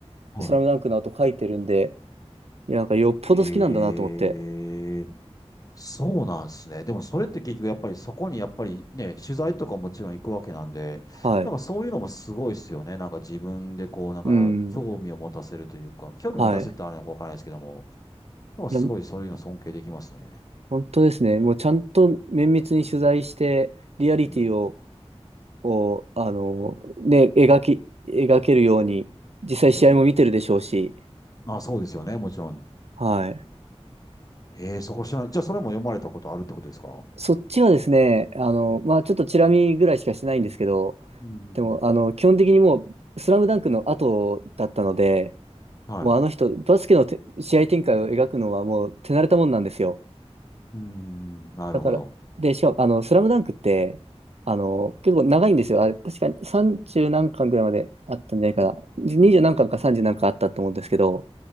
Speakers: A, on the left (about 35°); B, on the right (about 70°).
A: は
B: スラムダンクの後書いてるんで、いや、なんかよっぽど好きなんだなと思って。
A: い。ええ、そうなんですね。でもそれって結局やっぱりそこにやっぱりね、取材とかもちろん行くわけなんで、
B: はい。
A: なんかそういうのもすごいですよね。なんか自分でこう、なんか興味を持たせるというか、
B: うん。
A: 興味を持たせるってあれはわからないですけども、
B: はい。
A: なんかすごいそういうの尊敬できますね。
B: いや、本当ですね。もうちゃんと綿密に取材して、リアリティを、
A: うん。
B: を、あの、ね、描き、描けるように、実際試合も見てるでしょうし、
A: うん。あ、そうですよね。もちろん。
B: はい。
A: ええそこ知らない。じゃあ、それも読まれたことあるってことですか
B: そっちはですね、あの、
A: うん。
B: まあちょっとチラ見ぐらいしかしてないんですけど、
A: うん。
B: でも、あの、基本的にもう、スラムダンクの後だったので、
A: はい。
B: もうあの人、バスケのて試合展開を描くのはもう手慣れたもんなんですよ。
A: うーん、なるほど。
B: だから、で、しかも、あの、スラムダンクって、あの、結構長いんですよ。あれ、確かに30何巻ぐらいまであったんじゃないかな。20何巻か30何巻あったと思うんですけど、